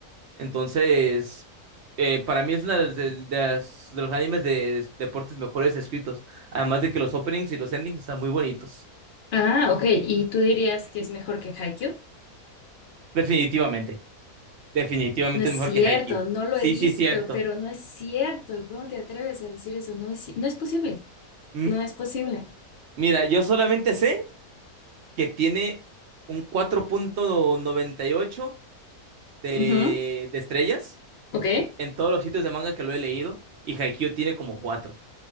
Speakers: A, on the right; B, on the left.
A: Entonces, eh, para mí es una de, de- de las- de los animes de deportes mejores escritos. Además de que los openings y los endings están muy bonitos.
B: Ah, ok. ¿Y tú dirías que es mejor que Haikyuu?
A: Definitivamente. Definitivamente
B: No es
A: es
B: cierto,
A: mejor que Haikyuu.
B: no lo
A: Sí,
B: he visto,
A: sí, es cierto.
B: pero no es cierto. ¿Cómo te atreves a decir eso? No es, ci- no es posible,
A: Mm,
B: no es posible.
A: Mira, yo solamente sé que tiene un 4.98 de,
B: Ujú,
A: de estrellas
B: Ok.
A: en todos los sitios de manga que lo he leído. Y Haikyuu tiene como 4